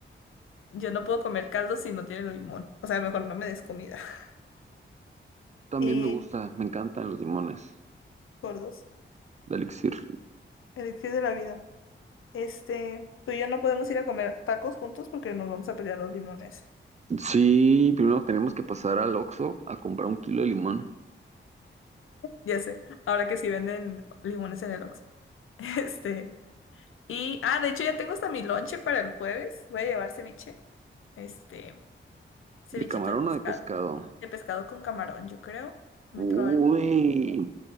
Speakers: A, on the left; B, on the right.
A: Yo no puedo comer caldo si no tiene limón. O sea, mejor no me des comida. <laughs>
B: También
A: Y
B: me gusta, me encantan los limones
A: por dos,
B: de elixir.
A: elixir de la vida. Este, tú y yo no podemos ir a comer tacos juntos porque nos vamos a pelear los limones.
B: Sí, primero tenemos que pasar al Oxxo a comprar un kilo de limón,
A: Ya sé, ahora que sí venden limones en el Oxxo. <laughs> Este, y, ah, de hecho ya tengo hasta mi lonche para el jueves. Voy a llevar ceviche, este, cevichito
B: de camarón
A: de pescado,
B: o de pescado.
A: de pescado con camarón, yo creo, muy
B: Uy,
A: probable.